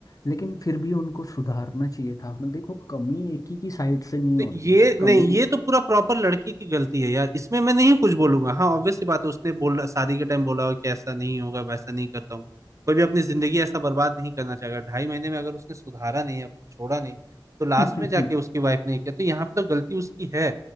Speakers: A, on the left; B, on the right.
A: लेकिन फिर भी उनको सुधारना चाहिए था मतलब देखो कमी एक ही की साइड से नहीं
B: तो
A: होती
B: ये
A: है
B: नहीं
A: कमी
B: ये तो पूरा प्रॉपर लड़की की गलती है यार इसमें मैं नहीं कुछ बोलूंगा हाँ ऑब्वियस सी बात है उसने बोला शादी के टाइम बोला हो कि ऐसा नहीं होगा वैसा नहीं करता हूँ कोई भी अपनी जिंदगी ऐसा बर्बाद नहीं करना चाहेगा ढाई महीने में अगर उसने सुधारा नहीं है छोड़ा नहीं तो लास्ट
A: <laughs>
B: में जाके उसकी वाइफ ने किया तो यहाँ पे तो गलती उसकी है